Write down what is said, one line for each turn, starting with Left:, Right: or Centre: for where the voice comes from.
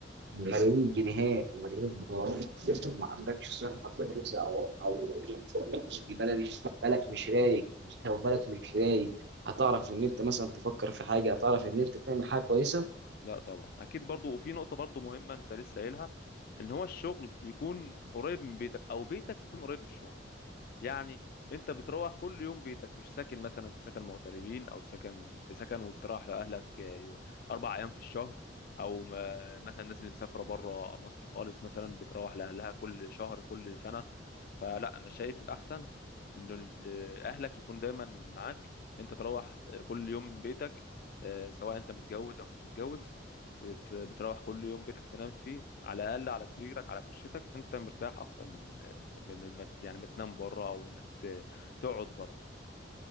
Right: ملايين الجنيهات وملايين الدولارات ما عندكش صحه كويسه او او البلدي بالك مش رايق انت لو بالك مش رايق هتعرف ان انت مثلا تفكر في حاجه هتعرف ان انت تعمل حاجه كويسه
Left: لا طبعا اكيد برضو وفي نقطه برضو مهمه انت لسه قايلها ان هو الشغل يكون قريب من بيتك او بيتك يكون قريب من الشغل يعني انت بتروح كل يوم بيتك مش ساكن مثلا في سكن مغتربين او سكن في سكن وبتروح لاهلك آه، يو- اربع ايام في الشهر او ما- مثلا الناس اللي مسافره بره مصر خالص مثلا بتروح لاهلها كل شهر كل سنه فلا انا شايف الاحسن ان ال- اهلك يكون دايما معاك انت تروح كل يوم من بيتك آه، سواء انت متجوز او مش متجوز بت- بتروح كل يوم بيتك تنام فيه على الاقل على سريرك على فرشتك انت مرتاح اكتر من م- م- ما ت- يعني ما تنام بره او انك ت- تقعد بره